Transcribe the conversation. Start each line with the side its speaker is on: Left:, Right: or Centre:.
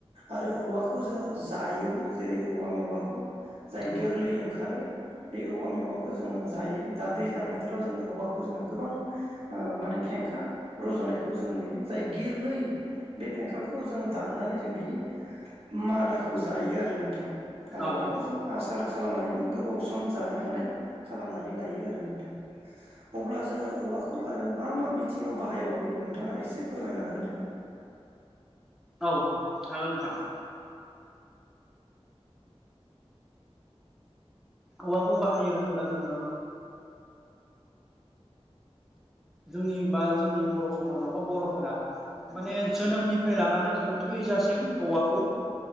Right: आरो औवाखौ जोङो जायोबो जेरै औवा मेवाखौ जाय
Centre: नंगौ
Right: गोरलै ओंखारो बे औवा मेवाखौ जोङो जायो दा दैज्लां बोथोराव जोङो औवाखौ जोङो गोबां माने फेंखा रज'नायखौ जों नुयो जाय गोरलै बे फेंखाखौ जोंङ दाननानै जों बिनि मादाखौ जायो आरो नोंथां। आरो
Centre: औ
Right: बेखौ
Centre: औ
Right: जों आसार खालामनानैबो गोबाव सम जानो हानाय खालामनानै लायो आरो नोंथां अब्ला जोङो औवाखौ आरो मा मा बिथिङाव बाहायबावो नोंथाङा एसे फोरमायना होदो
Centre: औ हागोन नोंथां औवाखौ बाहायो होनोब्ला जोङो जोंनि बा जोंनि बर' समाजाव बा बर'फोरा माने जोनोमनिफ्राय लानानै जोङो थैजासिम औवाखौ